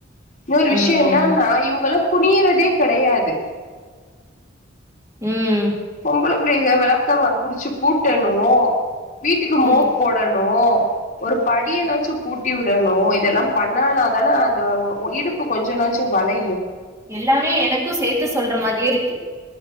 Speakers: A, on the left; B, on the right.
A: இன்னொரு விஷய
B: ம்.
A: என்னன்னா இவுங்கள குனியறதே கெடையாது
B: ம்.
A: பொம்பள பிள்ளைங்க விளக்க மற புடிச்சு கூட்டனூ வீட்டுக்கு
B: ம்.
A: மோப் போடணு ஒரு படிய
B: ம்.
A: நாச்சு கூட் ட்ட விடணும் இதெல்லாம் பண்னா தானே அந்த இடுப்பு கொஞ்ச நச்சும் வளை
B: எல்லாமே எனக்கும் சேர்த்து சொல்ற மாதிரியே இருக்கு